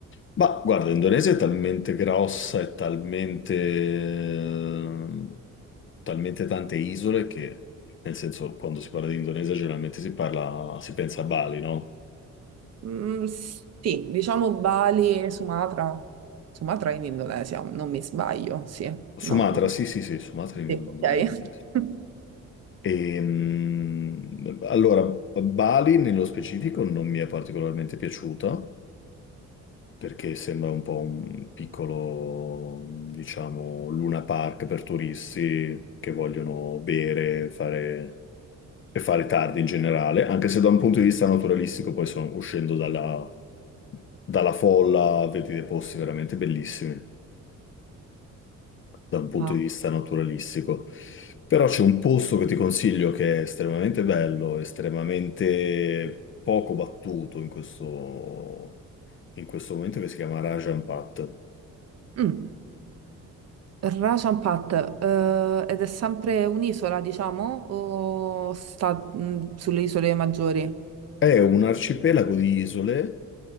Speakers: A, on the left; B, on the right.
A: Ma guarda, l'Indonesia è talmente grossa e talmente, eh, talmente tante isole che, nel senso, quando si parla di Indonesia generalmente si parla, si pensa a Bali, no?
B: Mm, sì, diciamo Bali e Sumatra. Sumatra in Indonesia, non mi sbaglio, sì, no.
A: Sumatra, sì, sì, sì, Sumatra è in
B: Sì,
A: in
B: ok.
A: Indonesia.
B: <laughs>
A: Ehm, allora, Bali nello specifico non mi è particolarmente piaciuta perché sembra un po' un piccolo, diciamo, Luna Park per turisti che vogliono bere, fare e fare tardi in generale, anche se da un punto di vista naturalistico poi sono uscendo dalla, dalla folla, vedi dei posti veramente bellissimi da un punto
B: Ah.
A: di vista naturalistico. Però c'è un posto che ti consiglio che è estremamente bello, estremamente poco battuto in questo, in questo momento, che si chiama Rajan Pat.
B: Mm. Rajan Pat, eh, ed è sempre un'isola, diciamo, o sta mm, sulle isole maggiori?
A: È un arcipelago di isole